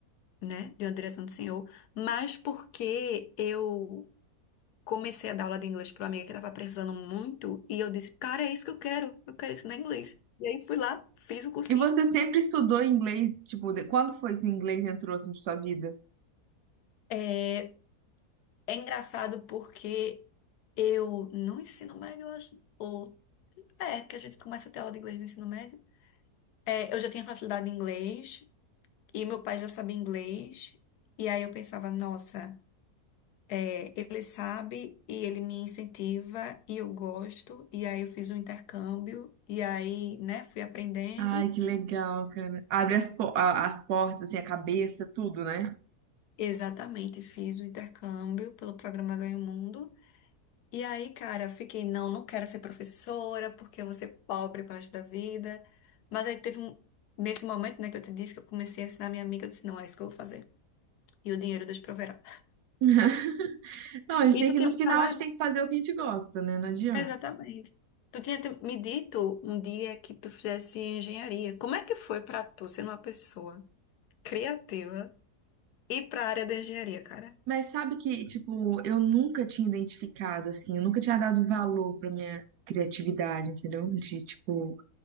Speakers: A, on the left; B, on the right.
A: né, de uma direção do senhor, mas porque eu comecei a dar aula de inglês para uma amiga que estava precisando muito e eu disse, cara, é isso que eu quero, eu quero ensinar inglês. E aí fui lá, fiz o cursinho.
B: E você sempre estudou inglês? Tipo, de- quando foi que o inglês entrou assim pra sua vida?
A: É, É engraçado porque eu no ensino médio, eu acho, ou é que a gente começa a ter aula de inglês no ensino médio. É, eu já tinha facilidade em inglês e meu pai já sabia inglês. E aí eu pensava, nossa, é, ele sabe e ele me incentiva e eu gosto. E aí eu fiz um intercâmbio e aí, né, fui aprendendo.
B: Ai, que legal, cara. Abre as, po- a- as portas, assim, a cabeça, tudo, né?
A: Exatamente, fiz o intercâmbio pelo programa Ganha o Mundo. E aí, cara, eu fiquei, não, não quero ser professora, porque eu vou ser pobre pro da vida. Mas aí teve um, nesse momento, né, que eu te disse que eu comecei a ensinar minha amiga, eu disse, não, é isso que eu vou fazer. E o dinheiro Deus proverá.
B: <laughs> Não, a gente
A: E
B: tem
A: tu
B: que,
A: tinha
B: no
A: me
B: final,
A: falado?
B: a gente tem que fazer o que a gente gosta, né? Não adianta.
A: Exatamente. Tu tinha te- me dito um dia que tu fizesse engenharia. Como é que foi pra tu ser uma pessoa criativa e pra área da engenharia, cara?
B: Mas sabe que, tipo, eu nunca tinha identificado, assim, eu nunca tinha dado valor pra minha criatividade, entendeu? De, tipo,